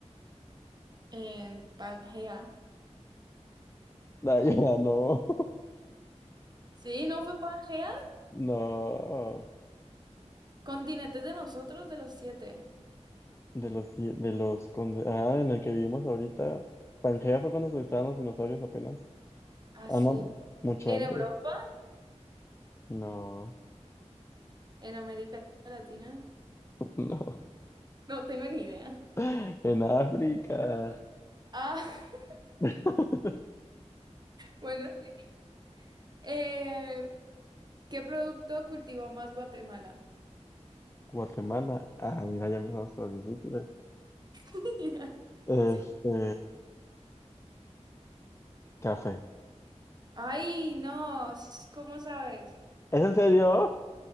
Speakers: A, on the right; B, on the left.
A: En Pangea.
B: <laughs> Ah, ya, no,
A: Sí, ¿no fue en Pangea?
B: <laughs> no,
A: Continentes de nosotros, de los siete.
B: de los, ci- de los, conde- ah, en el que vivimos ahorita, Pangea fue cuando se estaban los dinosaurios apenas,
A: Así.
B: ah, no, mucho
A: ¿En
B: antes,
A: Europa?
B: no,
A: ¿En América Latina?
B: no,
A: No tengo ni idea.
B: <laughs> en África,
A: Ah, <laughs>
B: <laughs>
A: bueno. sí. Eh, ¿qué producto cultivó más Guatemala?
B: Guatemala, ah, mira, ya empezamos con las difíciles,
A: <laughs>
B: este,
A: Sí.
B: Café.
A: Ay, no, sh- ¿cómo sabes?
B: ¿Es en serio?